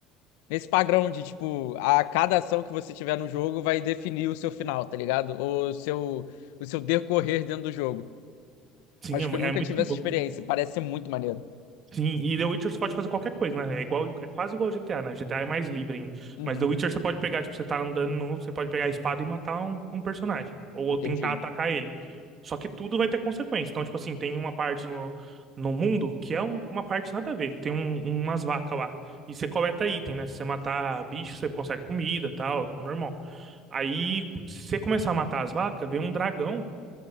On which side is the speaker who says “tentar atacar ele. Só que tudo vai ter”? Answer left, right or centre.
Right